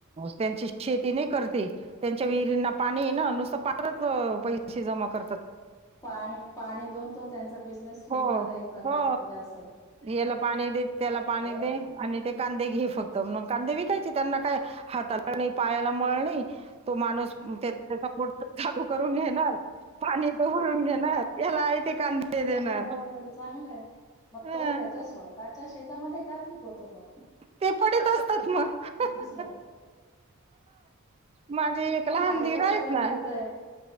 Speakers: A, on the right; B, on the left.
A: त्यांची शेती नाही. करते त्यां आमच्या विहिरींना पाणी आहे ना नुस पा खरचं पैसे जमा कर
B: पाणी पाणी देऊन तो त्यांचा बिझनेस सुरू
A: हो
B: झाला एक प्रकारच
A: हो
B: म्हणजे असं.
A: याला पाणी देत त्याला पाणी
B: बरं.
A: दे आणि ते कांदे घे फक्त मग कांदे विकायचे त्यांना काय हाताला नाही पायाला मळ नाही. तो माणूस त्याचा मोटर चालू करून घेणार पाणी इथ भरून घेणार याला आहे ते कांदे देणार
B: बरोबर चांगलंय म
A: ह
B: तो त्याच्या स्वतः त्याच्या शेतामध्ये काय पिकवतो मग.
A: ते पडीत असतात मग
B: दुसरं
A: माझी एक लहान
B: आई
A: दिर
B: तर
A: आहेत
B: सगळं मिळतय
A: ना